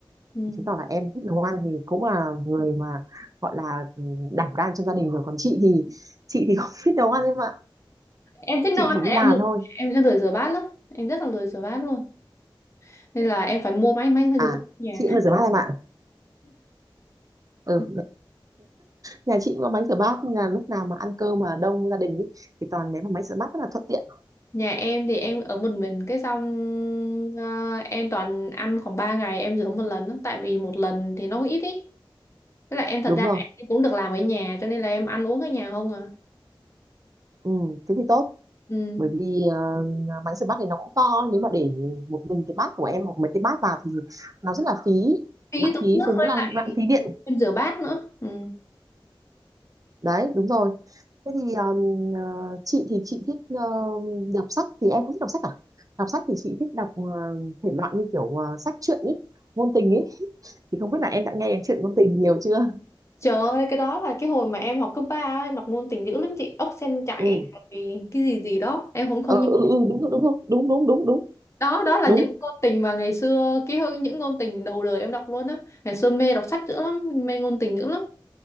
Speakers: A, on the left (about 35°); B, on the right (about 40°).
A: Ừ.
B: chứng tỏ là em thích nấu ăn thì cũng là người mà gọi là ừm, đảm đang trong gia đình rồi. Còn chị thì chị thì <laughs> không biết nấu ăn em ạ.
A: Em thích nấu
B: Chị
A: ăn
B: chỉ đi
A: thì
B: làm
A: em lười,
B: thôi.
A: em lười rửa bát lắm. Em rất là lười rửa bát luôn. Nên là em phải mua máy máy rửa
B: À,
A: bát ở nhà.
B: chị cũng là rửa bát em ạ. Ừ,
A: <laughs>
B: nhà chị cũng có bánh rửa bát nên là lúc nào mà ăn cơm mà đông gia đình ý, thì toàn ném vào máy rửa bát rất là thuận tiện
A: Nhà em thì em ở một mình cái xong ờ, em toàn ăn khoảng 3 ngày em rửa một lần đó, tại vì một lần thì nó cũng ít ý. Với lại em thật
B: đúng
A: ra
B: rồi
A: em cũng được làm ở nhà cho nên là em ăn uống ở nhà không à.
B: ừ, thế thì tốt
A: Ừ.
B: bởi vì ờ, máy rửa bát thì nó cũng to nếu mà để một mình cái bát của em hoặc mấy cái bát vào thì nó rất là phí
A: Phí
B: lãng
A: tốn
B: phí
A: nước
B: rồi nữa
A: với
B: là
A: lại
B: lãng phí điện
A: em rửa bát nữa. Ừ.
B: đấy đúng rồi thế thì ờ, ờ, chị thì chị thích ờ, đọc sách thì em cũng thích đọc sách à đọc sách thì chị thích đọc ờ, thể loại như kiểu ờ, sách truyện ý ngôn tình ý <laughs> thì không biết là em đã nghe đến chuyện ngôn tình nhiều chưa
A: Trời ơi, cái đó là cái hồi mà em học cấp 3 á, em đọc ngôn tình dữ lắm chị, ốc sen chạy
B: ừ
A: rồi cái gì gì đó, em không không
B: ừ
A: nhớ
B: ừ ừ đúng rồi, đúng rồi đúng đúng đúng đúng
A: đó đó là
B: đúng
A: những ngôn tình mà ngày xưa cái hư- những ngôn tình đầu đời em đọc luôn á ngày xưa mê đọc sách dữ lắm mê ngôn tình dữ lắm